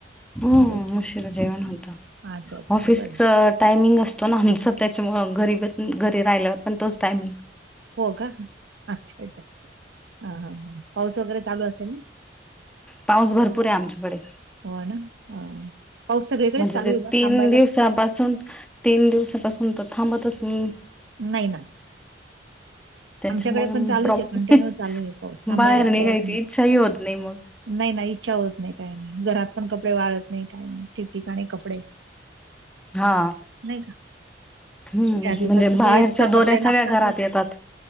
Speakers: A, in the centre; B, on the right (about 85°).
A: हम्म
B: ओके
A: उशिरा जेवण होतं.
B: अच्छा अच्छा
A: ऑफिसच
B: बरं
A: टायमिंग असतो ना आमचं त्याच्यामुंळ घरी ब घरी राहिल्यावर पण तोच टायमिंग.
B: हो का? अच्छा! अच्छा! ह ह हा पाऊस वगैरे चालू असेल ना?
A: पाऊस भरपूर आहे आमच्याकडे.
B: हो ना हा. पाऊस सगळीकडेच
A: <inaudible> म्हणजे
B: चालू
A: जे
B: आहे बा,
A: तीन
B: थांबायलाच
A: दिवसापासून, तीन दिवसापासून तो थांबतच नाही.
B: नाही ना.
A: त्याच्यामुळे
B: आमच्याकडे पण चालूच
A: प्रॉब्लेम
B: आहे कंटिन्यू चालू आहे पाऊस थांबायलाच
A: बाहेर निघायची
B: तयार नाही.
A: इच्छाही होत नाही मग
B: <inaudible> नाही नाही इच्छा होत नाही काही नाही घरात पण कपडे वाळत नाही काही नाही ठिकठिकाणी कपडे.
A: हा,
B: नाही का
A: हम्म
B: या दिवसात
A: म्हणजे
B: कसं
A: बाहेरच्या
B: एक्स्ट्रा
A: दोऱ्या
B: कपडे
A: सगळ्या
B: लागतातच
A: घरात येतात.